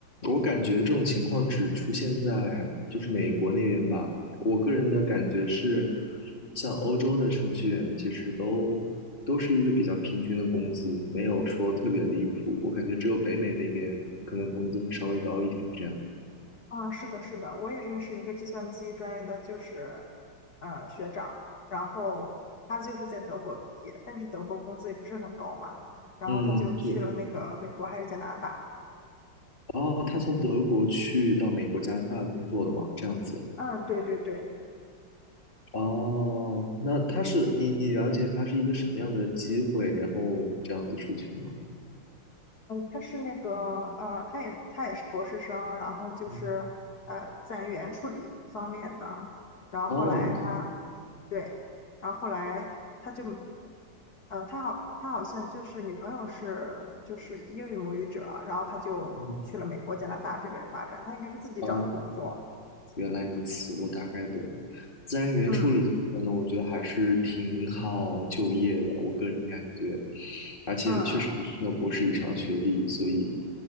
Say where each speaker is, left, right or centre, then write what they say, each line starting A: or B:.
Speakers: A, on the left; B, on the left.
A: 我感觉这种情况只出现在就是美国那边吧。我个人的感觉是，像欧洲的程序员其实都都是一个比较平均的工资，没有说特别离谱。我感觉只有北美那边可能工资会稍微高一点这样。
B: 啊，是的，是的，我也认识一个计算机专业的，就是，呃，学长，然后他就是在德国毕业，但是德国工资也不是很高嘛，然后他就去了那个美国还是加拿大。
A: 嗯，就哦，他从德国去到美国、加拿大工作的嘛，这样子。
B: 嗯，对对对，
A: 哦，那他是你你了解他是一个什么样的机会，然后这样子出去吗？
B: 他是那个呃，他也他也是博士生，然后就是呃在言处理方面的，
A: 嗯，
B: 然后后来他
A: 啊，了解。
B: 对，然后后来他就呃他好他好像就是女朋友是就是英语母语者，然后他就去了美国、
A: 嗯，
B: 加拿大这边发展，他应该是自己找的工作，
A: 哦，原来如此，我大概懂。自然语言处理相关的，
B: 嗯
A: 我觉得还是挺好就业的，我个人感觉，而且确实需要博士以上学历，
B: 嗯
A: 所以